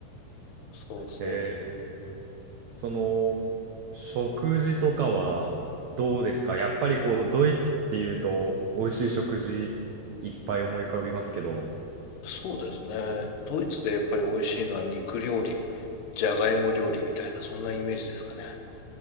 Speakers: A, on the left; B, on the right.
A: そうそうそう。
B: へえその、食事とかはどうですかやっぱりこう、ドイツっていうと、美味しい食事いっぱい思い浮かびますけど、
A: そうですね。ドイツでやっぱり美味しいのは肉料理、じゃがいも料理みたいな、そんなイメージですかね。